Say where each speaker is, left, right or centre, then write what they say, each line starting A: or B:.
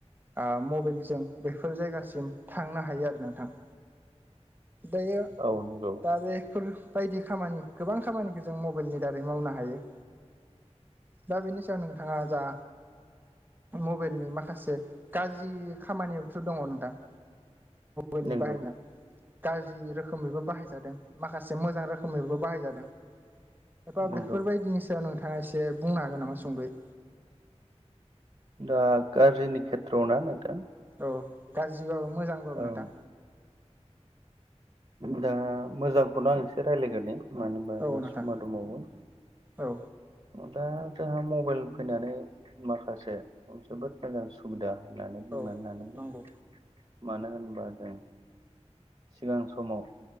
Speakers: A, on the right; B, on the right.
A: ओ मबाइेलजों बेफोर जायगासिम थांनो हायो आरो नोंथां। दायो
B: औ नंगौ
A: दा बेफोर। बायदि खामानि गोबां खामानिखौ जों मबाइलनि दारै मावनो हायो। दा बेनि सायाव नोंथाङा जा। मबाइलनि माखासे गाज्रि खामानियावथ' दङ नोंथां। बेलनि
B: नंगौ
A: बाहायनाया गाज्रि रोखोमैबो बाहायजादों माखासे मोजां रोखोमैबो बाहायजादों। एबा
B: नंगौ
A: बेफोरबायदिनि सायाव नोंथाङा एसे बुंनो हागोन नामा सुंदयै
B: दा गाज्रिनि खेथ्रआवना नोंथां।
A: औ गाज्रिबाबो मोजांबाबो नोंथां।
B: औ दा मोजांखौनो आं एसे रायज्लायग्रोनि मानो होनबा
A: औ
B: जोंहा
A: नोंथां
B: समा दंबावो।
A: औ।
B: दा जोंहा मबाइल फैनानै माखासे जोबोद मोजां सुबिदा होननानै बुंनानै
A: औ
B: लानांगोन
A: नंगौ
B: मानो होनबा जों। सिगां समाव